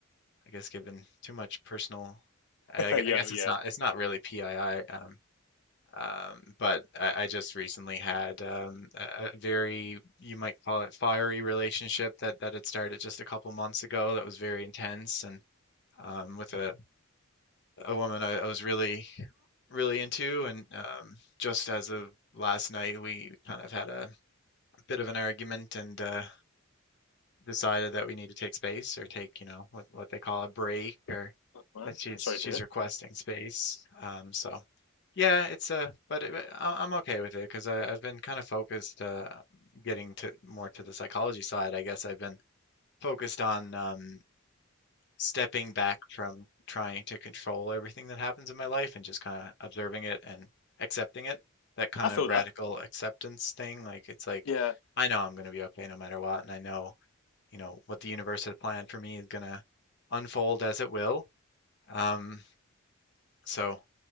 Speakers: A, on the left; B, on the left.
A: I guess giving too much personal. I,
B: Yeah,
A: I guess
B: yeah.
A: it's not it's not really PII. Um, um, but I, I just recently had um, a, a very, you might call it fiery relationship that that had started just a couple months ago that was very intense and um, with a, a woman I, I was really, really into. And um, just as of last night, we kind of had a bit of an argument and uh, decided that we need to take space or take, you know, what, what they call a break or
B: That's fine.
A: that she's
B: I'm sorry
A: she's
B: to hear.
A: requesting space. Um, so yeah, it's a but it, but I- I'm okay with it because I've been kind of focused uh, getting to more to the psychology side. I guess I've been focused on um, stepping back from trying to control everything that happens in my life and just kind of observing it and accepting it. That kind
B: I feel
A: of radical
B: that.
A: acceptance thing. Like it's like
B: Yeah,
A: I know I'm going to be okay no matter what, and I know you know what the universe has planned for me is going to unfold as it will. Um, so